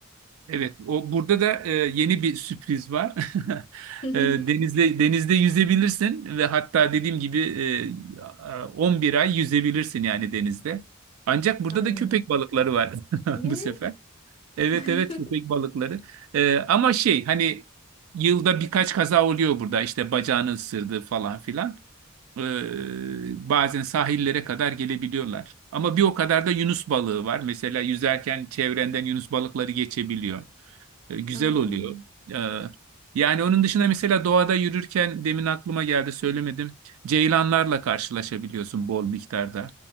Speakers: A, on the right; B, on the left.
A: Evet, o burada da e, yeni bir sürpriz var. <laughs>
B: <laughs>
A: E, denizde denizde yüzebilirsin ve hatta dediğim gibi e, a- 11 ay yüzebilirsin yani denizde. Ancak burada
B: Ay
A: da köpek balıkları var <laughs>
B: ne?
A: bu sefer. Evet
B: <laughs>
A: evet köpek balıkları. E, ama şey hani yılda birkaç kaza oluyor burada işte bacağını ısırdı falan filan. E, bazen sahillere kadar gelebiliyorlar. Ama bir o kadar da yunus balığı var. Mesela yüzerken çevrenden yunus balıkları geçebiliyor. E, Güzel
B: Aa.
A: oluyor. E, Yani onun dışında mesela doğada yürürken demin aklıma geldi söylemedim. Ceylanlarla karşılaşabiliyorsun bol miktarda.